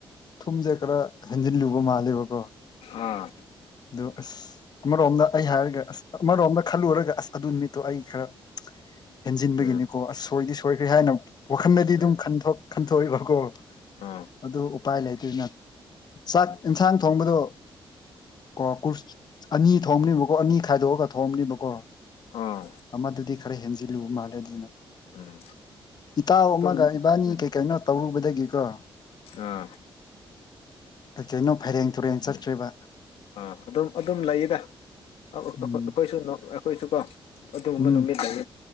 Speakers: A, on the left (about 45°); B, on the left (about 80°).
A: ꯊꯨꯝꯁꯦ ꯈꯔ ꯍꯟꯖꯤꯜꯂꯨꯕ ꯃꯥꯜꯂꯦꯕꯀꯣ
B: ꯑꯥ
A: ꯑꯗꯨ ꯑꯁ ꯑꯃꯔꯣꯝꯗ ꯑꯩ ꯍꯥꯏꯔꯒ ꯑꯁ ꯑꯃꯔꯣꯝꯗ ꯈꯜꯂꯨꯔꯒ ꯑꯁ ꯑꯗꯨ ꯅꯨꯃꯤꯠꯇꯣ ꯑꯩ ꯈꯔ ꯍꯦꯟꯖꯤꯟꯕꯒꯤꯅꯤꯀꯣ
B: ꯎꯝ
A: ꯑꯁ ꯁꯣꯏꯗꯤ ꯁꯣꯏꯈ꯭ꯔꯦ ꯍꯥꯏꯅ ꯋꯥꯈꯜꯗꯗꯤ ꯑꯗꯨꯝ
B: ꯎꯝ
A: ꯈꯟꯊꯣꯛꯏꯕꯀꯣ
B: ꯎꯝ ꯑꯥ
A: ꯑꯗꯨ ꯎꯄꯥꯏ ꯂꯩꯇꯗꯅ ꯆꯥꯛ ꯌꯦꯟꯁꯥꯡ ꯊꯣꯡꯕꯗꯣ ꯀ ꯀꯨꯔꯁ ꯑꯅꯤ ꯊꯣꯑꯝꯅꯦꯕꯀꯣ ꯑꯅꯤ ꯈꯥꯏꯗꯣꯛꯑꯒ ꯊꯣꯑꯝꯅꯦꯕꯀꯣ
B: ꯑꯥ
A: ꯑꯃꯗꯨꯗꯤ ꯈꯔ ꯍꯦꯟꯖꯤꯜꯂꯨ ꯃꯥꯜꯂꯦ ꯑꯗꯨꯅ
B: ꯎꯝ
A: ꯏꯇꯥꯎ
B: ꯑꯗꯨꯝ
A: ꯑꯃꯒ ꯏꯕꯥꯅꯤ
B: ꯎꯝ
A: ꯀꯩ ꯀꯩꯅꯣ ꯇꯧꯔꯨꯕꯗꯒꯤꯀꯣ
B: ꯑꯥ
A: ꯀꯩꯀꯩꯅꯣ ꯐꯩꯔꯦꯡ ꯇꯨꯔꯦꯡ
B: ꯎꯝ
A: ꯆꯈ꯭ꯔꯤꯕ
B: ꯑꯥ ꯑꯗꯨꯝ ꯑꯗꯨꯝ ꯂꯩꯗ ꯑꯩꯈꯣꯏꯁꯨ
A: ꯎꯝ
B: ꯑꯩꯈꯣꯏꯁꯨ ꯀꯣ ꯑꯗꯨꯒꯨꯝꯕ
A: ꯎꯝ
B: ꯅꯨꯃꯤꯠ ꯂꯩ